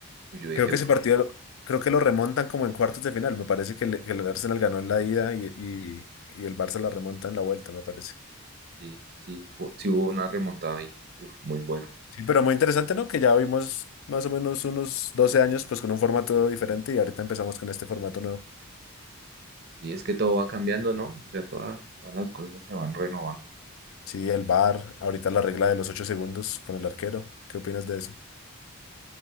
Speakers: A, on the right (about 45°); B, on the left (about 65°).
A: Y Yo dije,
B: Creo que
A: uff,
B: ese partido, lo- creo que lo remontan como en cuartos de final. Me parece que el, que el Arsenal ganó en la ida y, y- y el Barça la remonta en la vuelta, me parece.
A: sí, sí, fu- sí hubo una remontada ahí, uff, muy bueno.
B: Sí, pero muy interesante, ¿no? Que ya vimos más o menos unos 12 años, pues con un formato diferente y ahorita empezamos con este formato nuevo.
A: Y es que todo va cambiando, ¿no? O sea, todas, todas las cosas se van renovando.
B: Sí, el VAR, ahorita la regla de los 8 segundos con el arquero. ¿Qué opinas de eso?